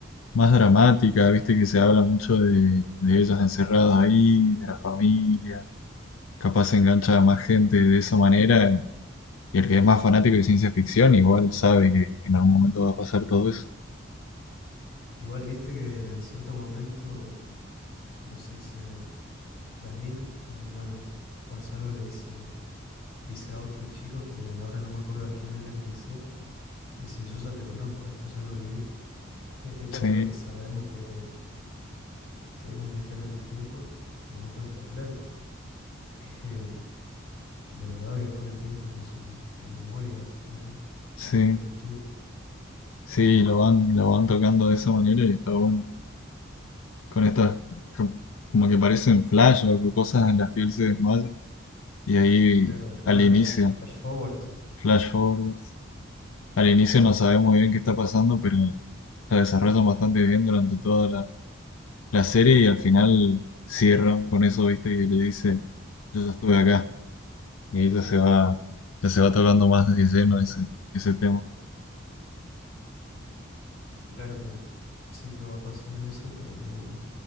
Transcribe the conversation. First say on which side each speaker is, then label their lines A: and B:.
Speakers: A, on the left (about 85°); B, on the left (about 50°).
A: más dramática, viste que se habla mucho de, de ellas encerradas ahí, de la familia, capaz se engancha a más gente de esa manera, y el que es más fanático de ciencia ficción igual sabe que en algún momento va a pasar todo eso.
B: Igual viste que en cierto momento, como se dice, Darín, bueno, bueno, Juan Salvo le dice, le dice a otro chico que ahora no me acuerdo a quién era que le decía, que dice, yo ya te conozco, esto ya lo viví. Y ahí para
A: Sí,
B: los que sabemos que que es un viajero en el tiempo, nos damos cuenta, claro, <laughs> eh, de verdad viajó en el tiempo con sus memorias, ponele,
A: sí,
B: o vio el futuro.
A: sí, lo van, lo van tocando de esa manera y está bueno, con estas co- como que parecen flash o cosas en las que él se desmaya, y ahí
B: Claro, flash,
A: al inicio,
B: flash forwards.
A: flash forward. Al inicio no sabes muy bien qué está pasando, pero la desarrollan bastante bien durante toda la, la serie y al final cierran con eso, viste, que le dice, yo ya estuve acá. Y ahí ya se va, ya se va tocando más de lleno ese, ese tema.
B: Claro, por principio va pasando eso, pero no,